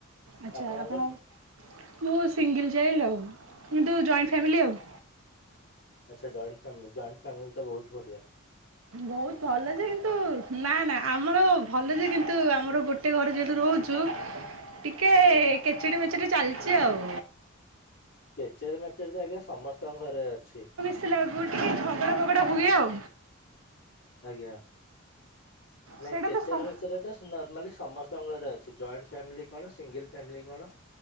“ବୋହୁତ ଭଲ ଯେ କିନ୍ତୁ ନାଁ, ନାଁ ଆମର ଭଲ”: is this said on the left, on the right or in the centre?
Right